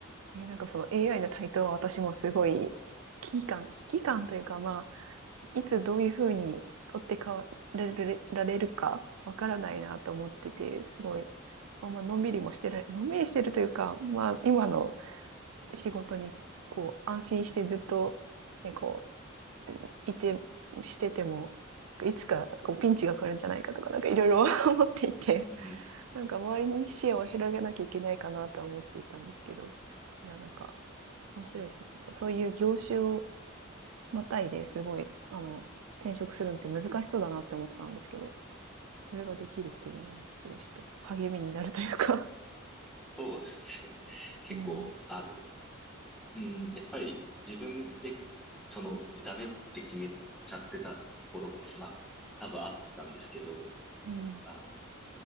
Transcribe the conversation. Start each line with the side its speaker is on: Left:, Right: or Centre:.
Right: えーなんかその AI の台頭は私もすごい危機感、危機感というかまあ、いつどういう風に取って代わられられるかわからないなと思ってて、
Centre: うん。
Right: すごい、まあまあのんびりもしてられ、のんびりしてるというか、まあ今の仕事にこう安心してずっと、ね、こう、いて、してても、いつかこうピンチが来るんじゃないかとか、なんかいろいろ <laughs> 思っていて、
Centre: うん
Right: なんか周りに視野を広げなきゃいけないかなとは思っていたんですけど、
Centre: ですよね。
Right: いや、なんか面白いですね。そういう業種をまたいですごい、あの、転職するのって難しそうだなって思ってたんですけど、それができるっていうのが、すごいちょっと励みになるというか、
Centre: そうですね。<laughs> 結構、
Right: <laughs> うん、
Centre: あの、うん、やっぱり自分で、その、ダメって決めちゃってたところも、まあ、多分あったんですけど、
Right: うん、
Centre: あの、